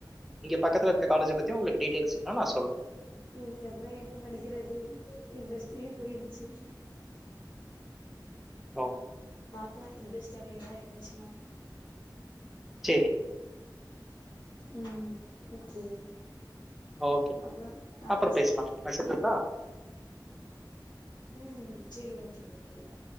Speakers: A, in the centre; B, on the left (about 75°).
A: இங்க பக்கத்துல இருக்க காலேஜு பத் ச்சு உங்களுக்கு டீட்டெல்ஸ்ங்களா நா சொல்
B: இதுக்குப்புறோ என்ன படிக்கிறது இன்ட்ரெஸ்ட்டே போயிடுச்சு
A: ஓ
B: பாக்கலா இன்ட்ரெஸ்ட் அப்டி எதா இருந்துச்சுன்னா
A: சேரி
B: ம் ஓகே
A: ஓகே
B: அப்புறோ அப்புறோ
A: அப்புறம் பேசலாம்
B: சார்
A: வச்சுட்டுங்களா
B: ம் சேரி ஓகே ஓகே